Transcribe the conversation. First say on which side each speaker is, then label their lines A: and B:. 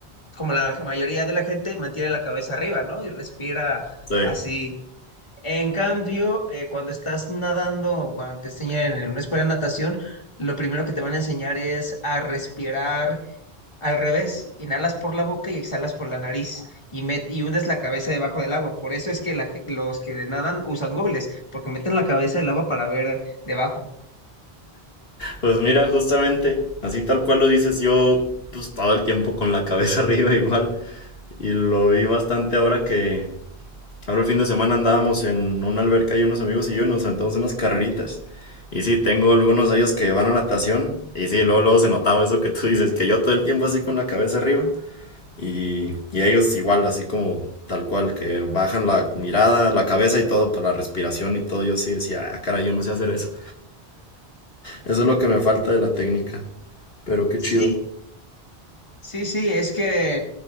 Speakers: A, on the left (about 30°); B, on the left (about 65°).
A: como la mayoría de la gente, mantiene la cabeza arriba, ¿no? Y respira
B: Sí.
A: así. En cambio, eh, cuando estás nadando, o cuando te enseñan en una escuela de natación, lo primero que te van a enseñar es a respirar al revés, inhalas por la boca y exhalas por la nariz y, met- y hundes la cabeza debajo del agua. Por eso es que la ge- los que nadan usan gogles, porque meten la cabeza del agua para ver debajo.
B: Pues mira, justamente, así tal cual lo dices, yo pues todo el tiempo con la cabeza <laughs> arriba igual. Y lo vi bastante ahora que, ahora el fin de semana andábamos en una alberca y unos amigos y yo y nos aventamos unas carreritas. Y sí, tengo algunos de ellos que van a natación. Y sí, luego, luego se notaba eso que tú dices, que yo todo el tiempo así con la cabeza arriba. Y, y ellos igual, así como tal cual, que bajan la mirada, la cabeza y todo, para la respiración y todo. Yo sí decía, ah, cara, yo no sé hacer eso. Eso es lo que me falta de la técnica. Pero qué chido.
A: Sí, sí, sí, es que,